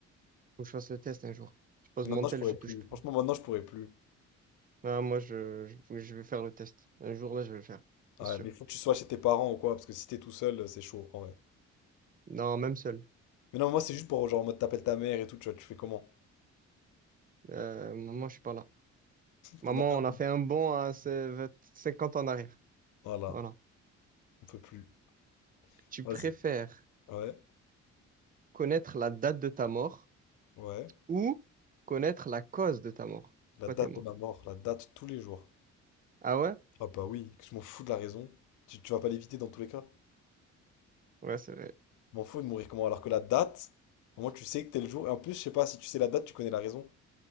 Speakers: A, on the right; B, on the left.
A: Faut que je fasse le test un jour. Je pose
B: Mais
A: mon
B: Maintenant,
A: tel,
B: je pourrais
A: je touche
B: plus.
A: plus.
B: Franchement, maintenant, je pourrais plus.
A: Ah, moi, je, je, faut que je vais faire le test. Un jour, là, je vais le faire.
B: Ouais,
A: C'est sûr.
B: mais il faut que tu sois chez tes parents ou quoi, parce que si t'es tout seul, c'est chaud, en vrai.
A: Non, même seul.
B: Mais non, moi, c'est juste pour genre, en mode t'appelles ta mère et tout, tu vois, tu fais comment?
A: Euh, maman, je suis pas là. Maman,
B: Pendant un
A: on
B: mois.
A: a fait un bond à ce- 20 50 ans en arrière.
B: Voilà,
A: Voilà.
B: on peut plus.
A: Tu
B: Vas-y.
A: préfères
B: Ouais,
A: connaître la date de ta mort
B: ouais.
A: ou connaître la cause de ta mort?
B: La
A: Pourquoi
B: date
A: t'es mort?
B: de ma mort, la date tous les jours.
A: Ah ouais?
B: Ah bah oui, que je m'en fous de la raison. Tu, tu vas pas l'éviter dans tous les cas.
A: Ouais, c'est vrai.
B: Je m'en fous de mourir comment? Alors que la date, au moins tu sais que t'es le jour. Et en plus, je sais pas, si tu sais la date, tu connais la raison.